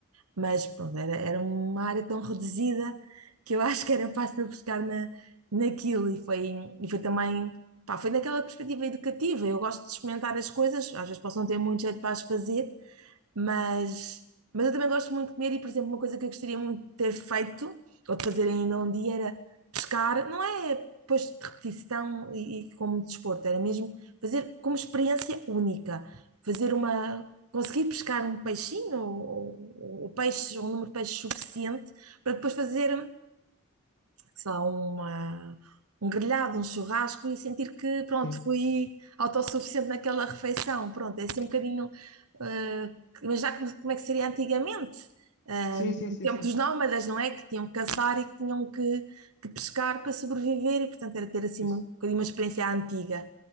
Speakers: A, on the right; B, on the left.
A: mas pronto, era, era uma área tão reduzida que eu <laughs> acho que era fácil pescar na, naquilo, e foi, e foi também, pá, foi naquela perspectiva educativa, eu gosto de experimentar as coisas, às vezes posso não ter muito jeito para as fazer, mas, mas eu também gosto muito de comer e, por exemplo, uma coisa que eu gostaria muito de ter feito, ou de fazer ainda um dia, era pescar. Não é depois de repetição e, e como desporto, era mesmo fazer como experiência única. Fazer uma. Conseguir pescar um peixinho ou, ou, ou peixes, ou um número de peixes suficiente para depois fazer sei lá, uma, um grelhado, um churrasco e sentir que, pronto,
B: Sim,
A: fui autossuficiente naquela refeição. Pronto, é assim um bocadinho. eh, mas já como, como é que seria antigamente? Eh,
B: sim,
A: no
B: sim, sim,
A: tempo
B: sim.
A: dos nómadas, não é? Que tinham que caçar e que tinham que, que pescar para sobreviver e, portanto, era ter assim
B: Isso.
A: um bocadinho uma experiência antiga.